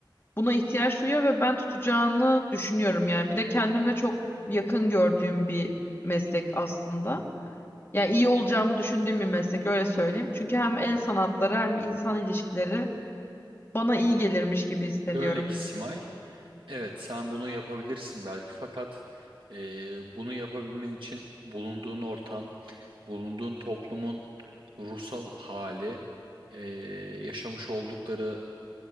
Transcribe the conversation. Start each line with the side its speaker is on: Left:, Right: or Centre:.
Left: buna ihtiyaç duyuyor ve ben tutacağını düşünüyorum yani. Bir de kendimle çok yakın gördüğüm bir meslek aslında. Yani iyi olacağımı düşündüğüm bir meslek öyle söyleyeyim. Çünkü hem el sanatları hem insan ilişkileri bana iyi gelirmiş gibi hissediyorum.
Right: Şöyle ki Simay, Evet, sen bunu yapabilirsin belki fakat eee, bunu yapabilmen için bulunduğun ortam, bulunduğun toplumun ruhsal hali, eee, yaşamış oldukları